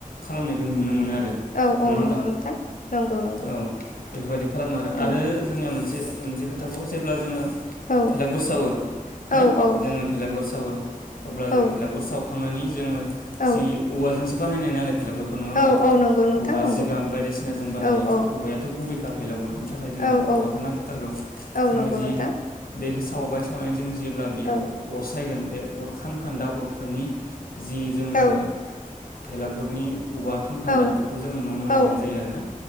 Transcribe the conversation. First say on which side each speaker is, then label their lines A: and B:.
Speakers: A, on the left (about 85°); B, on the left (about 65°).
A: खालामनायखौ नुनो मोनो आरो
B: औ
A: नङा
B: औ
A: होमबा
B: नंगौ नोंथा नंगौ नंगौ
A: औ बेफोरबायदि खालामो आरो
B: औ
A: आरो जोंनिया मोनसे मोनसे खोथाखौाव जेब्ला जोङो
B: औ
A: भेलागुर सावो
B: औ
A: ना
B: औ
A: जोङो भेलागुर सावो अब्ला
B: औ
A: जों भेलागुर सावखांनानै जोङो
B: औ
A: जि औवाजोंसो बानायनाय नालाय भेलागुर। नङा होमबा
B: औ औ नंगौ नोंथां
A: औवा
B: नंगौ
A: जिगाब बायदिसिना जों बानायो
B: औ औ
A: ना औवायाथ' गुबैखा। भेलागुरनो थाखाय जोंनो
B: औ औ
A: औवाखौ नांखाथारगौ
B: औ
A: जोङो
B: नंगौ
A: जि।
B: नोंथां
A: बेखौ सावबाय सावनायजों जेब्ला बेयाव
B: औ
A: जेब्ला अरसायगोन बे अरखाम खान्दा अरखोनि। जि जोङो
B: औ
A: भेलागुरनि। औवा खामखान्दा
B: औ
A: बेखौ जोङो न' न'
B: औ
A: लांनाय जायो आरोना